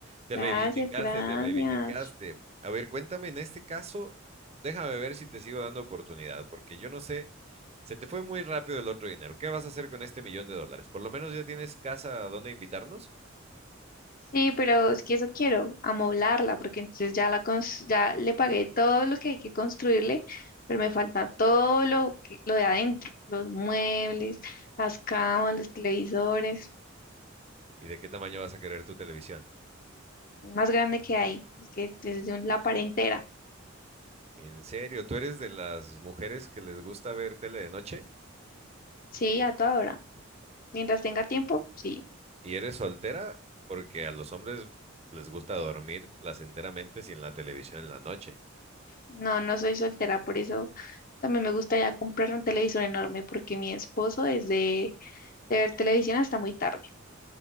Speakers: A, on the right; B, on the left.
A: Te
B: gracias,
A: reivindicaste,
B: gracias.
A: te reivindicaste. A ver, cuéntame, en este caso, déjame ver si te sigo dando oportunidad, porque yo no sé, se te fue muy rápido el otro dinero. ¿Qué vas a hacer con este millón de dólares? Por lo menos ya tienes casa a donde invitarnos.
B: Sí, pero es que eso quiero, amoblarla, porque entonces ya la cons- ya le pagué todo lo que hay que construirle, pero me falta todo lo que- lo de adentro, los muebles, las camas, los televisores,
A: ¿Y de qué tamaño vas a querer tu televisión?
B: más grande que hay, es que desde un- la pared entera,
A: ¿En serio? ¿Tú eres de las mujeres que les gusta ver tele de noche?
B: sí, a toda hora. Mientras tenga tiempo, sí.
A: ¿Y eres soltera? Porque a los hombres les gusta dormir placenteramente sin la televisión en la noche.
B: No, no soy soltera, por eso también me gustaría comprar un televisor enorme, porque mi esposo es de, de ver televisión hasta muy tarde.